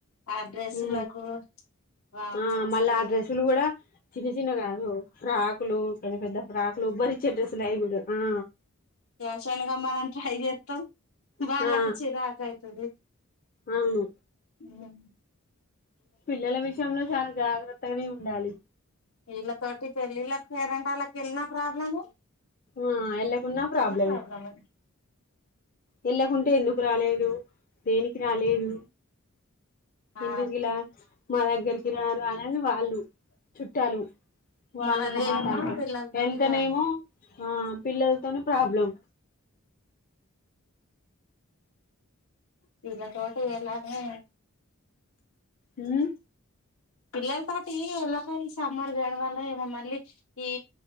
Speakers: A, on the left; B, on the left.
A: ఆ డ్రెస్సులకు
B: ఉ
A: వామ్మో
B: ఆ
A: అసలు
B: మళ్ళ ఆ డ్రస్సులు కూడా చిన్నచిన్నవి కాదు ఫ్రాకులు పెద్ద పెద్ద ఫ్రాకులు ఉబ్బారిచ్చే డ్రస్సులు వేయకూడదు ఆ
A: పాషాన్గా మనం ట్రై చేస్తాం వాళ్ళకు
B: ఆ
A: చిరాకయితది
B: అవును
A: ఉ
B: పిల్లల విషయంలో చాలా జాగ్రత్తగానే ఉండాలి
A: వీళ్ళతోటి పెళ్ళిళ్ళకి పేరంటాలకి వెళ్ళిన ప్రాబ్లమే
B: ఆ ఎలాకున్నా
A: ఇటున్న
B: ప్రబ్లమే
A: ప్రాబ్లమే
B: వెళ్ళకుంటే ఎందుకు రాలేదు దేనికి రాలేదు
A: ఆ
B: ఎందుకు ఇలా మా దగ్గరికి రారు అద్ అని వాళ్ళు చుట్టాలు వాళ్ళ
A: మనదేమో
B: ఒక మాట అంటారు
A: పిల్లలతోటి
B: వెళ్తేనే
A: కాదు
B: ఏమో ఆ పిల్లలతోని ప్రాబ్లం
A: పిగతో చే ఎలానే
B: ఉ
A: పిల్లలతోటి ఎలా ఈ సమ్మర్ గడ వల్ల ఏమో మళ్ళీ ఈ